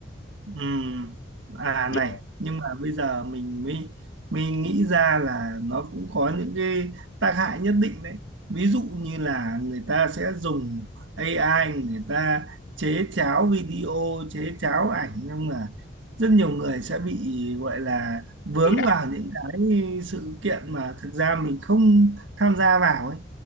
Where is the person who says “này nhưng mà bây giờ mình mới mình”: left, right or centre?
Right